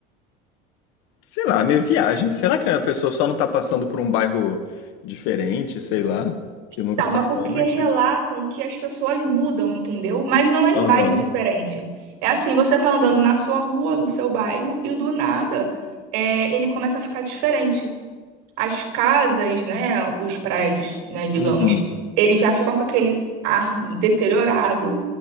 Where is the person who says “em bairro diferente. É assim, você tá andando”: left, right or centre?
Right